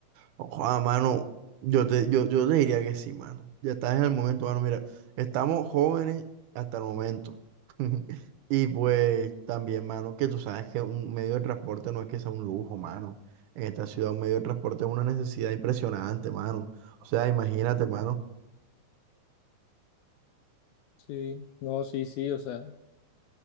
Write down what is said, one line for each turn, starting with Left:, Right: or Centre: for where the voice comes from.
Right: Ojalá, mano. Yo te, yo, yo te diría que sí, mano. Ya estás en el momento, mano. Mira, estamos jóvenes hasta el momento. <laughs> Y pues también, mano, que tú sabes que un medio de transporte no es que sea un lujo, mano. En esta ciudad un medio de transporte es una necesidad impresionante, mano. O sea, imagínate, mano.
Left: Sí, no, sí, sí, o sea,